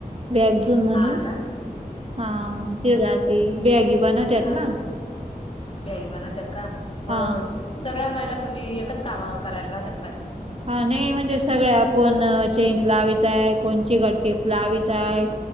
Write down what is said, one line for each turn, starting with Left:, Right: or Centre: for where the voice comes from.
Right: बॅक झून म्हणून
Left: हा ना
Right: हा तिला ती बॅगी बनवत्यात
Left: हा
Right: ना
Left: बॅगी बनवतात का? मग
Right: हा
Left: सगळ्या महिला तुम्ही एकच काम करायला राहत्यात का?
Right: हा नाही म्हणजे सगळ्या कोण चेन लावीत हाय कोणची चिगट टेप लावीत आहे,